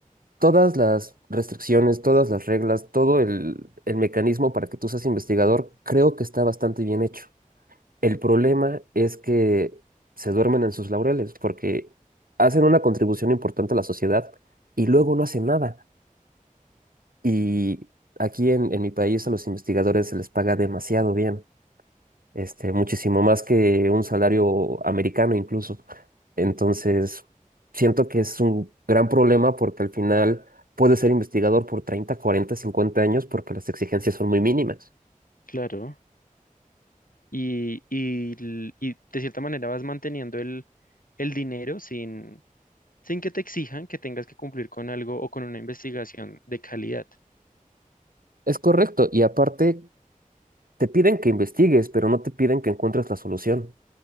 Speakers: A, on the right; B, on the left.
A: Todas las restricciones, todas las reglas, todo el, el mecanismo para que tú seas investigador, creo que está bastante bien hecho. El problema es que se duermen en sus laureles porque hacen una contribución importante a la sociedad y luego no hacen nada. Y aquí en, en mi país a los investigadores se les paga demasiado bien, este, muchísimo más que un salario americano incluso. Entonces, siento que es un gran problema porque al final puedes ser investigador por 30 40 50 años porque las exigencias son muy mínimas.
B: Claro, Y, y l- y de cierta manera vas manteniendo el, el dinero sin, sin que te exijan que tengas que cumplir con algo o con una investigación de calidad.
A: Es correcto, y aparte te piden que investigues, pero no te piden que encuentres la solución.